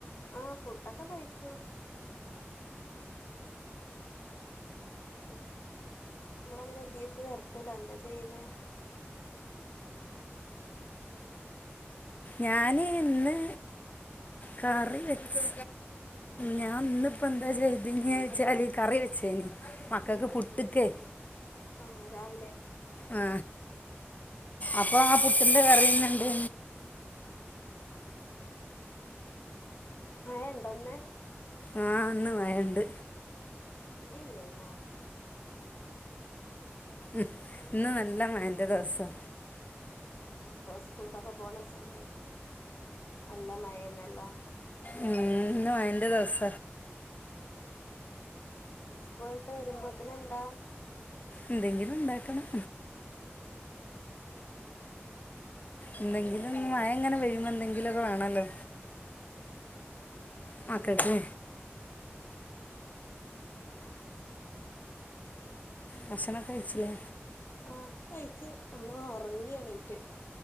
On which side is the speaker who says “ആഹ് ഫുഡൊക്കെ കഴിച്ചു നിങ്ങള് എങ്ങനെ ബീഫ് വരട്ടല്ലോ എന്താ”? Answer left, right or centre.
Left